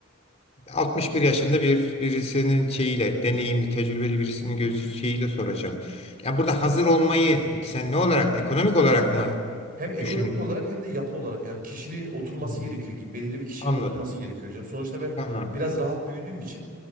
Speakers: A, on the left; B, on the right.
A: e, 61 yaşında bir birisinin şeyiyle, deneyimli, tecrübeli birisinin göz
B: <laughs>
A: şeyiyle soracağım. Ya burada hazır olmayı sen ne olarak, ekonomik olarak mı
B: Hem ekonomik
A: düşünüyorsun?
B: olarak hem de yapı olarak yani kişiliğin oturması
A: Hmm,
B: gerekiyor. Gi- Belirli bir kişiliğin
A: Anladım.
B: oturması gerekiyor hocam. Sonuçta ben
A: Tamam.
B: biraz rahat büyüdüğüm için